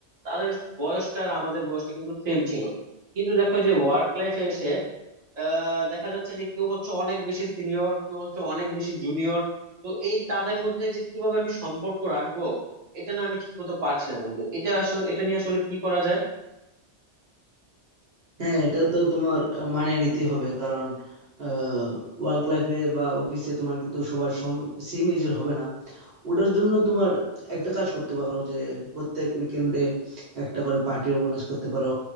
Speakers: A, on the right (about 40°); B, on the right (about 60°).
A: তাদের বয়সটা আর আমাদের বয়সটা কিন্তু সেম ছিল কিন্তু দেখো যে ওয়ার্ক লাইফে এসে আহ, দেখা যাচ্ছে যে কেউ হচ্ছে অনেক বেশি সিনিয়র কেউ হচ্ছে অনেক বেশি জুনিয়র তো এই তাদের মধ্যে যে কিভাবে আমি সম্পর্ক রাখবো এটা না আমি ঠিক মতো পারছি না বন্ধু এটা আসলে এটা নিয়ে আসলে কি করা যায়
B: হ্যাঁ, এটা তো তোমার আ মানিয়ে নিতেই হবে। কারণ আ ওয়ার্ক লাইফ এ বা অফিসে তোমার কিন্তু সবার সম সেম এজ এর হবে না। ওটার জন্য তোমার একটা কাজ করতে পারো যে প্রত্যেক উইকেন্ডে একটা করে পার্টি অর্গানাইজ করতে পারো